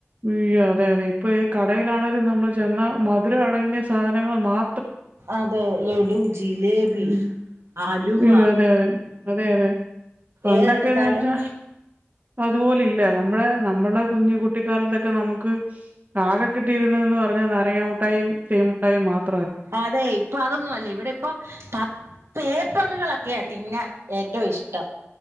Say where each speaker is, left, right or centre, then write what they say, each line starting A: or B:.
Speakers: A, on the right; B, on the right.
A: യ്യോ.. അതെ.. അതെ ഇപ്പൊ കടയിൽ ആണെങ്കിലും നമ്മൾ ചെന്നാൽ മധുരം അടങ്ങിയ സാധനം സാധനങ്ങൾ മാം..
B: അതെ ലഡു, ജിലേബി,
A: ഉം.
B: അലുവ
A: അയ്യോ! അതെ, അതെ. അതെ, അതെ. പണ്ടൊക്കേന്ന്
B: ഏതെടുത്താലും..
A: വെച്ചാ അതുപോലെ ഇല്ല. നമ്മുടെ, നമ്മളുടെ കുഞ്ഞ് കുട്ടിക്കാലത്തൊക്കെ നമുക്ക് ആകെ കിട്ടിയിരുന്നതെന്ന് പറഞ്ഞാൽ നാരങ്ങമിഠായിയും തേൻ മിഠായിയും മാത്രം.
B: അതെ ഇപ്പം അതൊന്നും അല്ല ഇവിടെ പത്ത് ഇപ്പം പേപ്പറുകള് <inaudible> തിന്നാൻ ഏറ്റവും ഇഷ്ടം